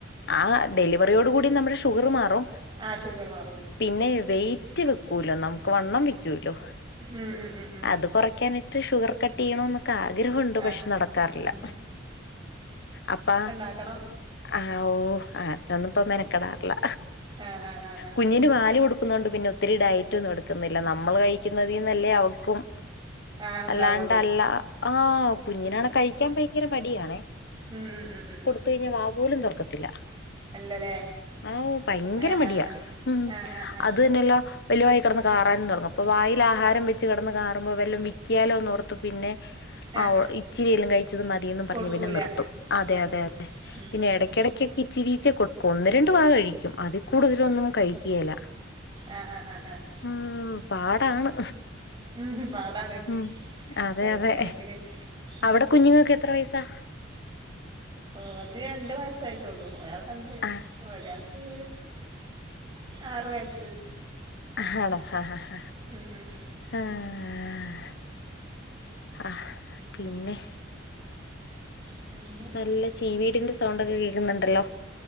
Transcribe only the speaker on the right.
ആഹ് ഷുഗറ് മാറും
ഉം ഉം ഉം ഉം
ആ
ആ ആ
ആക്കണം
ആ ആ ആ ആ
ആ ഉണ്ടാവുള്ളൂ
ഉം ഉം ഉം
അല്ലല്ലേ
ആ
ആ ആ
ആ ആ ആ
ആ
കൊടുക്കൂല
നിർത്തും
ഉം
ഉം
ഉം
ആഹ് ആഹ് ആഹ് ആഹ്
ഉം പാടാണ്
കഴിക്കണെങ്കില്
ഉം
ഓന് രണ്ട് വയസായിട്ടൊള്ളു ഒരാൾക്കു രണ്ട്
ഒരാൾക്ക് ആറ് വയസ്സ്
ഉം ഉം ഉം
പിന്നെ